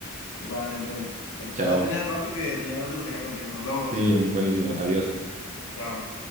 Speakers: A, on the left; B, on the right.
A: Igualmente, te-
B: Chao.
A: ya tenía rato que tenía ganas de platicar contigo. Nos vemos.
B: Sí, buenísimo. Adiós.
A: Chao.